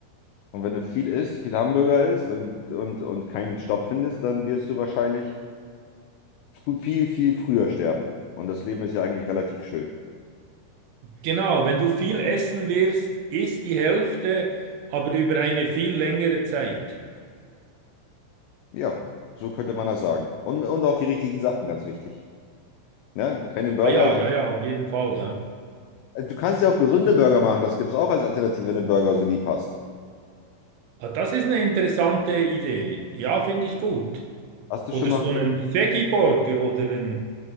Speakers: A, on the left (about 85°); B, on the right (about 80°).
A: Und wenn du viel isst, viel Hamburger isst und, und, und keinen Stopp findest, dann wirst du wahrscheinlich frü- viel, viel früher sterben. Und das Leben ist ja eigentlich relativ schön.
B: Genau, wenn du viel essen wirst, isst die Hälfte, aber über eine viel längere Zeit.
A: Ja, so könnte man das sagen. Und, und auch die richtigen Sachen, ganz wichtig. Ne? Keine Burger,
B: Ah ja,
A: sondern,
B: ja, ja, auf jeden Fall. hä?
A: du kannst ja auch gesunde Burger machen. Das gibt es auch als Alternative, wenn du Burger so lieb hast.
B: Ah, das ist eine interessante Idee. Ja, finde ich gut.
A: Hast du
B: Oder
A: schon mal,
B: so einen Veggie-Burger oder einen